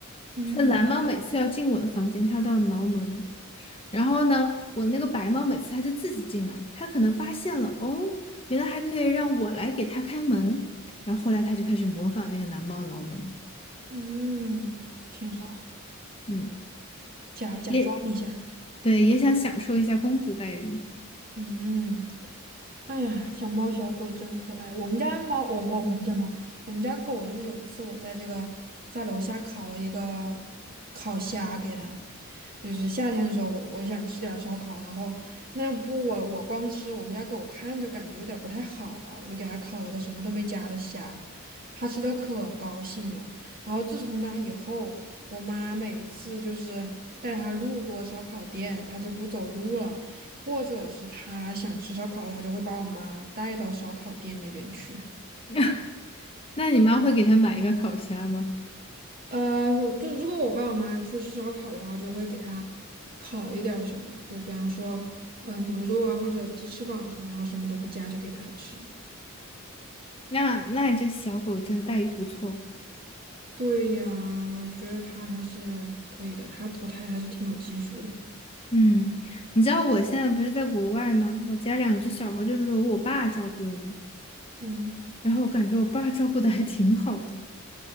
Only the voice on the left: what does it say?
是蓝猫每次要进我的房间，它都要挠门。然后呢，我那个白猫每次它就自己进来，它可能发现了哦，原来还可以让我来给它开门。然后后来它就开始模仿那个蓝猫挠门，
嗯，
也对，也想享受一下公主待遇。
<laughs> 那你妈会给它买一个烤虾吗？
那那你这小狗真待遇不错。
嗯，你知道我现在不是在国外吗？我家两只小猫就是由我爸照顾的嘛，
然后我感觉我爸照顾的还挺好的。